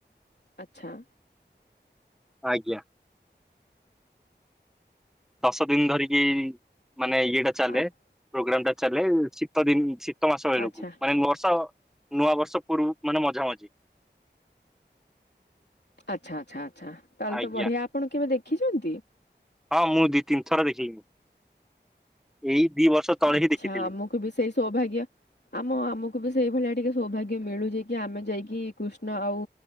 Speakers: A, on the left; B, in the centre.
A: ଆଚ୍ଛା।
B: ଆଜ୍ଞା। ଦଶ ଦିନ ଧରିକି ମାନେ ଇଏଟା ଚାଲେ
A: ଆ-
B: ପ୍ରୋଗ୍ରାମ ଟା ଚାଲେ ଶୀତ ଦିନ ଶି ଶିତ ମାସ ବେଳକୁ
A: ଆଚ୍ଛା।
B: ମାନେ ବର୍ଷ ନୂଆ ବର୍ଷ ପୂର୍ବ ମାନେ ମଝା ମଝି।
A: ଆଚ୍ଛା ଆଚ୍ଛା ଆଚ୍ଛା ତାହେଲେ
B: ଆଜ୍ଞା
A: ତ ବଢ଼ିଆ ଆପଣ କେବେ ଦେଖିଛନ୍ତି?
B: ହଁ ମୁଁ ଦି ତିନି ଥର ଦେଖେଇ ଏଇ ଦି ବର୍ଷ ତଳେ
A: ଆଚ୍ଛା
B: ହିଁ ଦେଖିଥିଲି।
A: ଆମକୁ ବି ସେଇ ସୌଭାଗ୍ୟ ଆମ ଆମକୁ ବି ସେଇ ଭଳିଆ ଟିକେ ସୌଭାଗ୍ୟ ମିଳୁଛି କି ଆମେ ଯାଇକି କୃଷ୍ଣ ଆଉ